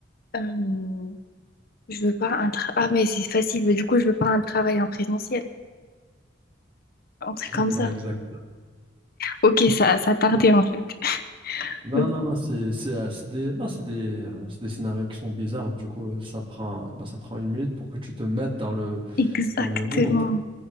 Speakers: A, on the left; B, on the right.
A: euh, je veux pas un tra- ah mais c'est facile. Mais du coup je veux pas un travail en présentiel, un truc
B: <laughs>
A: comme ça.
B: Bah, exact.
A: Ok, ça ça tardait en fait.
B: Non,
A: <laughs>
B: non, non, c'est c'est, euh, c'est des, bah, c'est des, euh, c'est des scénarios qui sont bizarres. Du coup, ça prend, bah, ça prend une minute pour que tu te mettes dans le,
A: Exactement.
B: dans le monde.